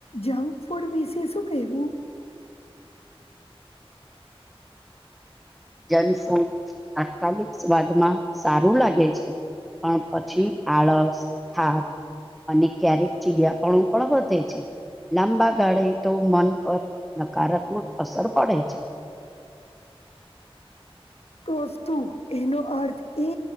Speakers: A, on the left; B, in the centre.
A: જંક ફૂડ વિશે શું કહેવું
B: જંક ફૂડ તાત્કાલિક સ્વાદમાં સારું લાગે છે. પણ પછી, આળસ થાક અને, ક્યારેક ચિડીયાપણું પણ વધે છે. લાંબા ગાળે તો મન પર નકારાત્મક અસર પડે છે.
A: તો, શું એનો અર્થ એ